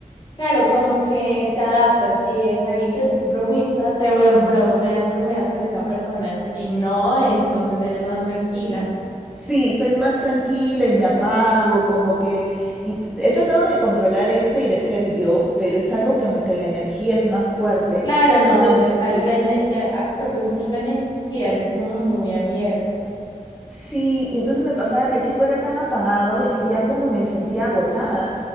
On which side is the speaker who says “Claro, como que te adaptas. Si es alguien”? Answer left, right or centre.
Left